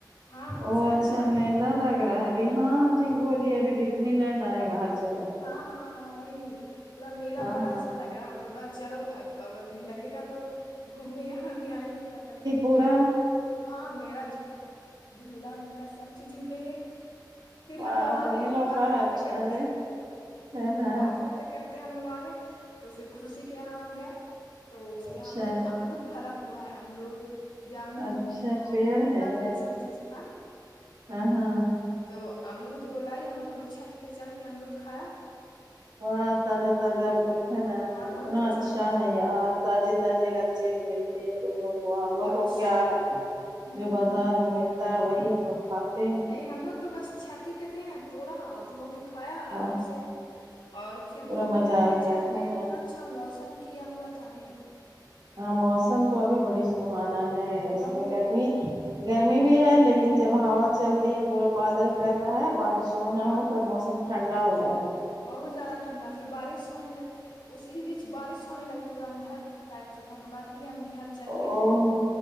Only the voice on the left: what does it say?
ہاں
سرکس
والے
ہاں ہاں ہاں وہئی پورا میلہ
بڑا
سا لگا ہم لوگاں چلو بہ لگے گا تو گھومنے یہاں بھی آئیں ہوے پندرہ دن
ہاں میرا ج جھولا میرا سب چیز جھولے ہے پھر
ہم لوگ آ
گئے
بات
کرتے
کرتے
بات کرتے کرتے ہم لوگ اگئی تو پھر خوشی کے یہاں ہم گئے تو اس
کے یہاں بہت امرت پھلا ہوا امرت جا جامون
اور
پپیتا
بھی یہ سب چیز تھا
تو امرد وہ لائی ہم نے دونوں چھت پہ چڑھ کے امرد کھایا
ہاں
بہت
امرت تھا
اور چھ-
ہوں
ہوں
نہیں ہم لوگ تو بس چھت ہی پے تھے توڑا اور دھو کے کھایا
آرام سے اور پھر
گھومے
ٹہلے
چھت پہ
اتنا اچھا موسم کیا ہوا تھا نہیں
بہت
ہاں
بہت زیادہ ٹنڈا پھر بارش ہونے دیں اسی بیچ بارش ہونے لگی پورا اندھر ٹائپ سے تھا کافی ہم گھر چلتے
ہیں